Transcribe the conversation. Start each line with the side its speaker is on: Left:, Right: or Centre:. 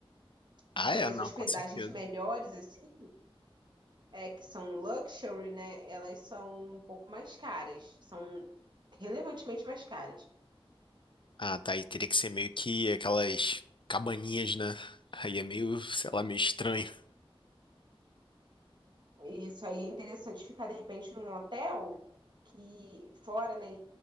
Right: Porque
Left: Ah, é,
Right: as
Left: não,
Right: hospedagens
Left: com certeza.
Right: melhores, assim, é, que são luxury, né? Elas são um pouco mais caras. São relevantemente mais caras.
Left: Ah, tá. Aí teria que ser meio que aquelas cabaninhas, né? Aí é meio, sei lá, meio estranho.
Right: Isso aí é interessante ficar, de repente, num hotel que fora, né, em